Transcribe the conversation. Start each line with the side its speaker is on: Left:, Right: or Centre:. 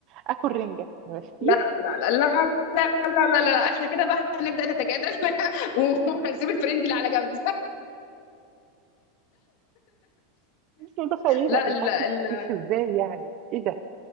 Right: اكل رنجه ما فيش
Left: لا لا لا لا لا لا لا, لا. احنا كده بقى هنبدا نتجادل <laughs> وهنسيب الفريند اللي على جنب
Right: مش متخيله
Left: لا لا
Right: اكل
Left: لا
Right: فيش ازاي يعني ايه ده